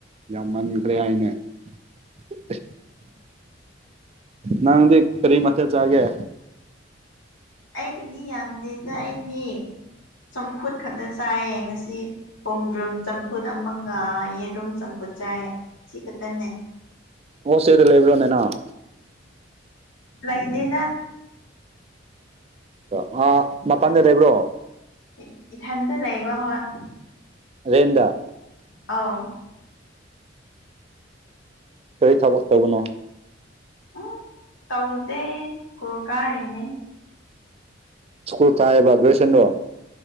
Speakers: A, on the right; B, on the left.
A: ꯌꯥꯝ ꯃꯟꯈ꯭ꯔꯦ ꯍꯥꯏꯅꯦ <unintelligible> ꯅꯪꯗꯤ ꯀꯔꯤ ꯃꯊꯦꯜ ꯆꯥꯒꯦ
B: ꯑꯩꯒꯤꯗꯤ ꯌꯥꯝꯗꯦꯗ ꯑꯩꯗꯤ ꯆꯝꯐꯨꯠ ꯈꯛꯇ ꯆꯥꯏꯌꯦ ꯉꯁꯤ ꯁꯤ ꯈꯣꯡꯗ꯭ꯔꯨꯝ ꯆꯝꯐꯨꯠ ꯑꯃꯒ ꯌꯦꯔꯨꯝ ꯆꯝꯐꯨꯠ ꯆꯥꯏꯌꯦ ꯁꯤ ꯈꯛꯇꯅꯦ
A: ꯍꯣꯁꯇꯦꯜꯗ ꯂꯩꯕ꯭ꯔꯣꯅꯦ ꯅꯪ
B: ꯂꯩꯇꯦꯗ
A: ꯑꯣ ꯃꯄꯥꯟꯗ ꯂꯩꯕ꯭ꯔꯣ
B: ꯏ ꯏꯊꯟꯇ ꯂꯩꯕ ꯍꯣꯏ
A: ꯔꯦꯟꯗꯥ
B: ꯑꯧ
A: ꯀꯔꯤ ꯊꯕꯛ ꯇꯧꯕꯅꯣ
B: ꯎꯝ ꯇꯧꯗꯦ ꯁ꯭ꯀꯨꯜ ꯀꯥꯔꯤꯅꯦ
A: ꯁ꯭ꯀꯨꯜ ꯀꯥꯏꯑꯦꯕ ꯒ꯭ꯔꯦꯖꯨꯑꯦꯁꯟꯔꯣ